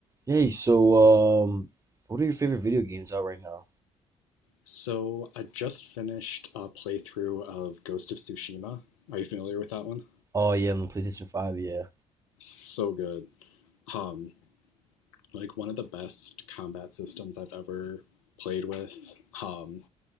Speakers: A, on the right (about 20°); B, on the left (about 75°).
A: Yay, so um what are your favorite video games out right now?
B: So I just finished a playthrough of Ghost of Tsushima. Are you familiar with that one?
A: Oh yeah, I'm on PlayStation 5, yeah.
B: So good. Um, like one of the best combat systems I've ever played with. Um,